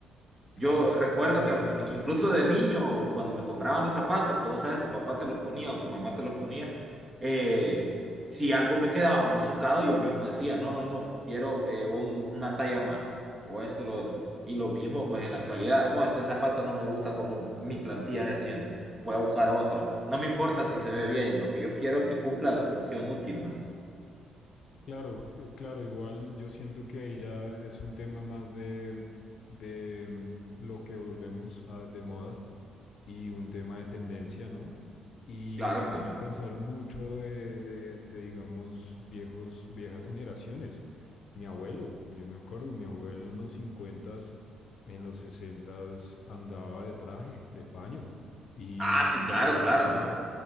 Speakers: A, on the left (about 60°); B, on the right (about 20°).
A: claro,
B: Yo recuerdo
A: claro,
B: que, al-
A: claro.
B: que incluso de niño, cuando me compraban los zapatos, que vos sabes, tu papá te los ponía o tu mamá te los ponía, eh, si algo me quedaba muy socado, yo mismo decía, no, no, no, quiero eh, un- una talla más o esto o lo otro. Y lo mismo, pues en la actualidad, no, este zapato no me gusta como mi plantilla se siente, voy a buscar otro. No me importa si se ve bien, lo que yo quiero es que cumpla la función útil, ¿no?
A: Claro, c- claro, igual yo siento que ahí ya es un tema más de, de mm, lo que volvemos a- de moda y un tema de tendencia, ¿no? Y
B: Claro,
A: me
B: claro.
A: pone a pensar mucho de, de, de, digamos, viejos, viejas generaciones. Mi abuelo, yo me acuerdo, mi abuelo en los cincuentas en los sesentas andaba de traje, de paño. Y,
B: Ah, sí, claro,
A: y, ese
B: claro.
A: era,